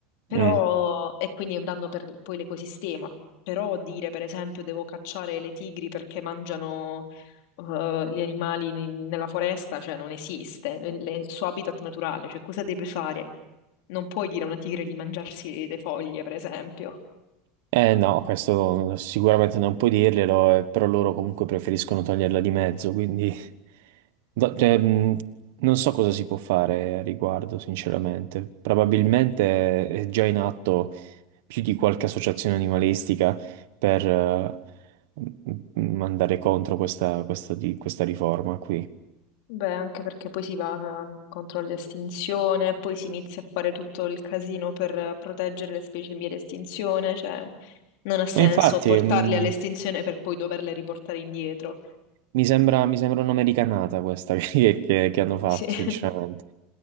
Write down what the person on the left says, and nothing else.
Però,
e quindi è un danno per poi l'ecosistema. Però dire, per esempio, devo cacciare le tigri perché mangiano eh, gli animali ne- nella foresta, cioè non esiste, le- le- il suo habitat naturale, cioè cosa deve fare? Non puoi dire a una tigre di mangiarsi le foglie, per esempio.
Beh, anche perché poi si va eh, contro l'estinzione, poi si inizia a fare tutto il casino per proteggere le specie in via di estinzione, cioè non ha senso
portarle
all'estinzione per poi doverle riportare indietro.
Sì. <laughs>